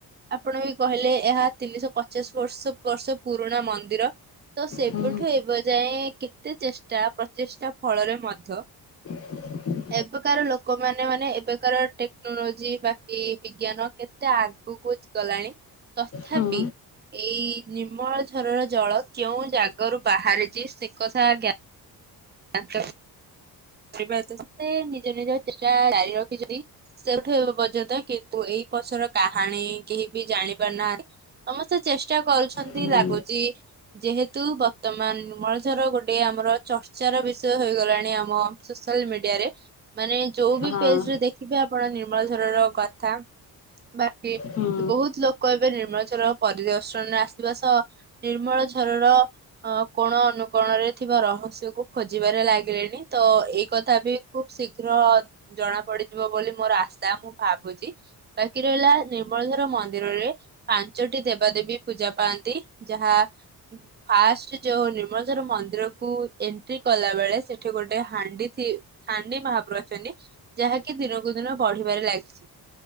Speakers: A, on the right (about 25°); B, on the left (about 35°).
A: ଆପଣ ବି କହିଲେ ଏହା ତିନିଶହ ପଚାଶ ବର୍ଷ ବର୍ଷ ପୁରୁଣା ମନ୍ଦିର। ତ ସେବୁଠୁ
B: ହୁଁ
A: ଏବ ଯାଏଁ କେତେ ଚେଷ୍ଟା ପ୍ରଚେଷ୍ଟା ଫଳରେ ମଧ୍ୟ
B: <unintelligible>
A: ଏବେକାର ଲୋକମାନେ ମାନେ ଏବେକାର ଟେକ୍ନୋଲୋଜି ବାକି ବିଜ୍ଞାନ କେତେ ଆଗୁକୁ - ଗଲାଣି ତଥାପି
B: ହୁଁ
A: ଏଇ ଅମଳ ଝରର ଜଳ କେଉଁ ଜଗାରୁ ବାହାରିଛି ସେ କଥା ଜ୍ଞା <unintelligible> <unintelligible> ନିଜ ନିଜ ଚେଷ୍ଟା ଜାରି ରଖିଛନ୍ତି। ସେଇଠୁ ଏବେ ପର୍ଯ୍ୟନ୍ତ କିନ୍ତୁ ଏଇ ପଛର କାହାଣୀ କେହି ବି ଜାଣି ପାରୁ ନାହା ସମସ୍ତେ ଚେଷ୍ଟା କରୁଛନ୍ତି
B: ହୁଁ
A: ଲାଗୁଛି ଯେହେତୁ ବର୍ତ୍ତମାନ ନିର୍ମଳ ଝର ଗୋଟେ ଆମର ଚର୍ଚ୍ଚାର ବିଷୟ ହେଇଗଲାଣି ଆମ ସୋସିଆଲ ମିଡିଆରେ ମାନେ ଯୋଉ ବି
B: ହଁ
A: ପେଜ୍ ରେ ଦେଖିବେ ଆପଣ ନିର୍ମଳ ଝର ର କଥା ବାକି
B: ହୁଁ
A: ବହୁତ୍ ଲୋକ ଏବେ ନିର୍ମଳଝର ପରିଦର୍ଶନରେ ଆସିବା ସହ ନିର୍ମଳ ଝରର ଅ କୋଣ ଅନୁକୋଣରେ ଥିବା ରହସ୍ୟକୁ ଖୋଜିବାରେ ଲାଗିଲେଣି ତ ଏଇ କଥା ବି ଖୁବ ଶୀଘ୍ର ଜଣା ପଡିଯିବ ବୋଲି ମୋର ଆଶା ମୁଁ ଭାବୁଚି। ବାକି ରହିଲା ନିର୍ମଳଝର ମନ୍ଦିରରେ ପାଞ୍ଚଟି ଦେବା ଦେେବୀ ପୂଜା ପାଆନ୍ତି ଯାହା ଫାଷ୍ଟ୍ ଯୋଉ ନିର୍ମଳ ଝର ମନ୍ଦିର କୁ ଏଣ୍ଟ୍ରି କଲା ବଳେ ସେଠି ଗୋଟେ ହା <unintelligible> ଯାହାକି ଦିନକୁ ଦିନ ବଢିବାରେ ଲାଗିଛି।